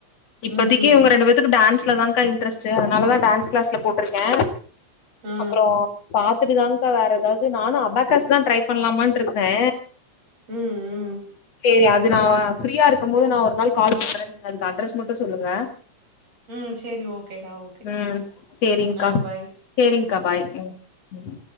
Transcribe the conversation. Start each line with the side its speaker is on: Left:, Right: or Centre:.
Left: இப்பதக்கி
Right: ம்
Left: இவங்க ரெண்டு பேத்துக்கு டான்ஸ்லதாங்கா இன்ட்ரெஸ்ட் ச்ச அதனால தா டான்ஸ் கிளாஸ்ல போட்ருக்கே
Right: ஆ
Left: அப்றோ பாத்துட்டு தாங்கா வேற ஏதாவது நானு அப்பக்கஸ் தா ட்ரை பண்ணலாமான்ட்டுருந்தே
Right: ம் ம்
Left: சேரி அது நா ஃப்ரீயா இருக்கும்போது நா ஒரு நாள் கால் பண்றே நீங்க அதுக்கு அட்ரஸ் மட்டு சொல்லுங்க
Right: ம் சேரி ஓகேடா ஓகே
Left: ம் சேரிங்க்கா
Right: ஆ பாய்
Left: சேரிங்க்கா பாய் ம் ம்